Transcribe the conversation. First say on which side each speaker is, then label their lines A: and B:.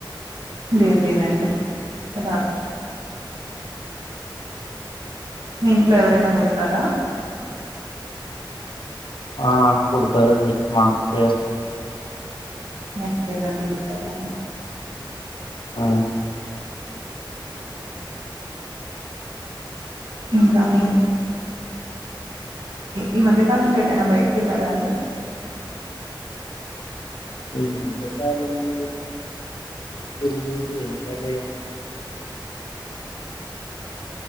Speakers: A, on the right; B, on the left.
A: లేద్ లేద్ అండి రా మీఇంట్లో ఎవరైనా కుడతారా
B: ఆ కుడుతారండి మా అక్కయ్
A: మీ అక్కయ్య గారు గుడతారా
B: ఆ
A: ఇంకా మేం ఈ మధ్య కాలంలో ఏటైనా బైటక్ ఎల్లారా అండి
B: ఈ మధ్య కాలంలో హ్మ్ ఏళ్తాలే గాన్